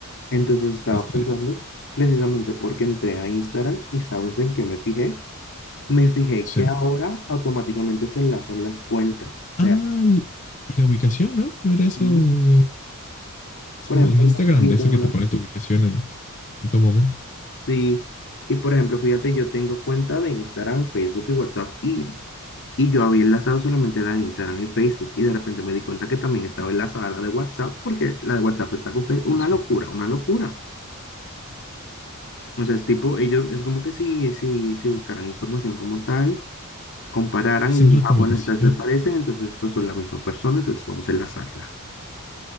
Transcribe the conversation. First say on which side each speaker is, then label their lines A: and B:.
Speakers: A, on the left (about 55°); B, on the left (about 35°).
A: Entonces estaba
B: Este,
A: pensando, precisamente porque entré a Instagram y ¿sabes en qué me fijé? Me fijé
B: Sí.
A: que ahora automáticamente se enlazan las cuentas. O
B: Ah,
A: sea,
B: l- y la ubicación, ¿no? No era eso
A: y,
B: de, eso
A: por ejemplo,
B: de- en Instagram,
A: digamos que
B: de
A: yo
B: eso
A: tengo
B: que
A: una-
B: te pone tu ubicación en, en todo momento.
A: sí, y por ejemplo, fíjate, yo tengo cuenta de Instagram, Facebook y WhatsApp y Y yo había enlazado solamente la de Instagram y Facebook y de repente me di cuenta que también estaba enlazada la de WhatsApp porque la de WhatsApp está con Facebook.
B: Dios
A: Una locura,
B: mío.
A: una locura. O sea, es tipo, ellos es como que si, si, si buscaran información como tal, compararan
B: Y Esas
A: y dijeran,
B: recomendaciones.
A: ah, bueno, estas se parecen, entonces estos son la misma persona, entonces vamos a enlazarla.